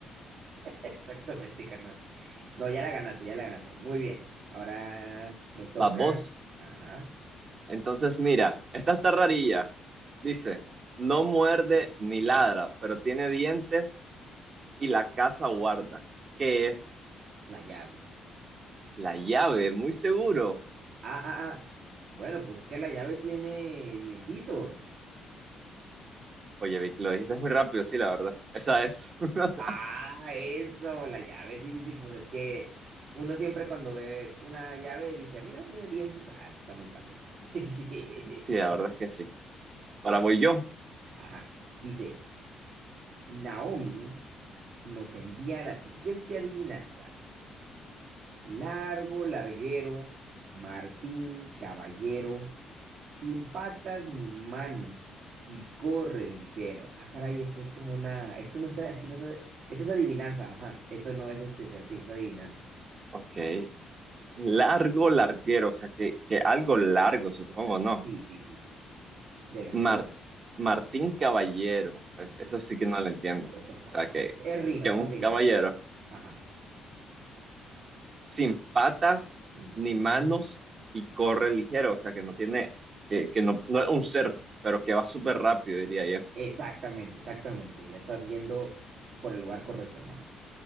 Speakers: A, on the right (about 65°); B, on the right (about 40°).
A: Exactamente, carnal. No, ya la ganaste, ya la ganaste. Muy bien. Ahora me toca,
B: Va vos.
A: ajá,
B: Entonces, mira, esta está rarilla. Dice, no muerde ni ladra, pero tiene dientes y la casa guarda. ¿Qué es?
A: la llave.
B: La llave, muy seguro.
A: Ah, ah, ah. Bueno, pues es que la llave tiene dientitos.
B: Oye, Vic, lo dijiste muy rápido, sí, la verdad. Esa es. <laughs>
A: Ah, eso, la llave, sí, sí, sí, pues es que uno siempre cuando ve una llave dice, "Ah, mira, tiene dientes, ah, pues está muy fácil esa. <laughs>
B: Sí, la verdad es que sí. Ahora voy yo.
A: Ajá, dice, Naomi nos envía la siguiente adivinanza. Largo, larguero, Martín, caballero, sin patas ni manos y corre ligero. Ah, caray, esto es como una, esto no es, <laughs> no es- esto es adivinanza, ajá, esto no es este acertijo, es adivinanza.
B: Ok. Largo, larguero, o sea, que, que algo largo, supongo,
A: ¿Qué tal?
B: ¿no?
A: Sí, sí, sí, sí. Del argot.
B: Mar- Martín Caballero, pues,
A: Mm,
B: eso sí que no lo entiendo. O
A: Vete a saber.
B: sea, que,
A: Es rima,
B: que
A: es
B: un
A: para rimar.
B: caballero
A: Ajá.
B: sin patas
A: Ujú.
B: ni manos y corre ligero, o sea, que no tiene, que, que no, no es un ser, pero que va súper rápido, diría yo.
A: Exactamente, exactamente. Ya estás yendo por el lugar correcto, hermano.